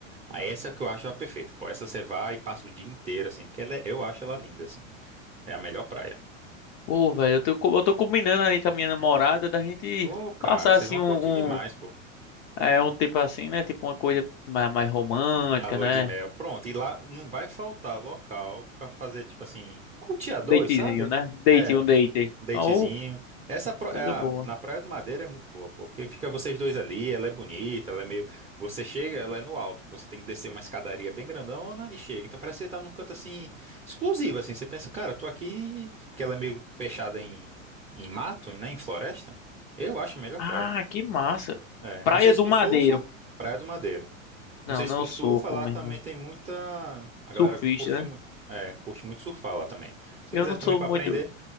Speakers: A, on the right; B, on the left.
A: Aí essa é a que eu acho a perfeita. Pô, essa você vai e passa o dia inteiro assim, porque ela é- eu acho ela linda assim. É a melhor praia.
B: pô, velho, eu tô, co- eu tô combinando aí com a minha namorada da gente
A: Ô, cara,
B: passar
A: vocês
B: assim
A: vão
B: um,
A: curtir demais,
B: um,
A: pô.
B: é, um tipo assim, né? Tipo uma coisa mais, mais romântica,
A: Na lua
B: né?
A: de mel. Pronto, e lá não vai faltar local pra fazer tipo assim, curtir a dois,
B: Datezinho,
A: sabe?
B: né? Date,
A: É,
B: um
A: Um
B: date.
A: datezinho.
B: Oh,
A: Essa pro-
B: coisa
A: é a-
B: boa.
A: na Praia do Madeira é muito boa, porque fica vocês dois ali, ela é bonita, ela é meio. Você chega, ela é no alto, então você tem que descer uma escadaria bem grandona e chega. Então parece que você tá num canto assim, exclusivo, assim. Você pensa, cara, eu tô aqui, que ela é meio fechada em, em mato, né, em floresta. Eu acho a melhor
B: Ah,
A: praia.
B: que massa.
A: É.
B: Praia
A: Não sei se
B: do
A: tu
B: Madeiro.
A: surfa, Praia do Madeiro.
B: Não,
A: Não sei
B: não
A: se tu
B: surfo,
A: surfa, lá
B: meu
A: também
B: irmão.
A: tem muita. A galera
B: Surfista,
A: curte, mu-
B: né?
A: é, curte muito surfar lá também. Se você
B: Eu
A: quiser
B: não
A: também
B: sou
A: pra
B: muito.
A: aprender.